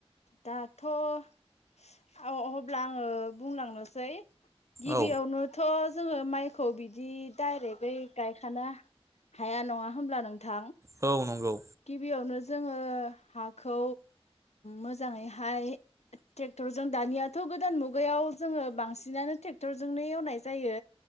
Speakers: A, on the left; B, on the right.
A: दाथ' अब्ला आङो बुंलांनोसै गिबियावनोथ
B: औ
A: जोङो माइखौ बिदि दडाइरेक्टै गायखानो हाया नङा होमब्ला नोंथां
B: औ नंगौ
A: गिबियावनो जोङो हाखौ मोजाङैहाय ट्रेक्टरजों दानियाथ' गोदान मुगायाव जोङो बांसिनानो ट्रेक्टरजोंनो एवनाय जायो